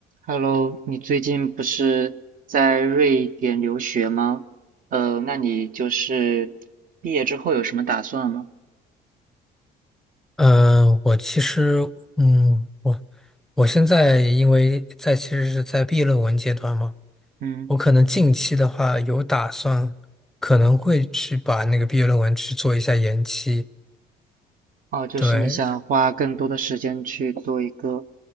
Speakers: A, on the right; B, in the centre.
A: Hello，你最近不是在瑞典留学吗？呃，那你就是毕业之后有什么打算吗？
B: 嗯，呃我其实，嗯，我我现在因为在其实是在毕业论文阶段嘛，
A: 嗯，
B: 我可能近期的话有打算，可能会去把那个毕业论文去做一下延期。
A: 哦，就是你想花更多的时间去做一个
B: 对